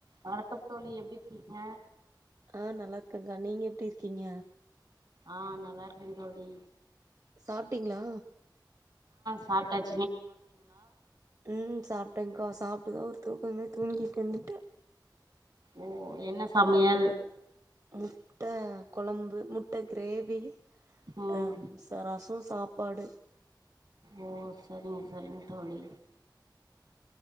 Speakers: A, on the right; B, on the right.
A: வணக்கம் தோழி எப்டிருக்கீங்க
B: ஆ நல்லாருக்கேக்கா நீங்க எப்டி இருக்கீங்க
A: ஆ நல்லாருக்கேன் தோழி
B: சாப்ட்டீங்களா
A: சாப்ட்டச்சு
B: ம் சாப்ட்டேக்கா இப்ப தா ஒரு தூக்கமே தூங்கிட்டு வந்துட்ட
A: ஓ என்ன சமையல்
B: முட்ட கொழம்பு முட்ட கிரேவி
A: ம்
B: ஆ ச ரஸ் சாப்பாடு
A: ஓ சரிங்க சரிங்க தோழி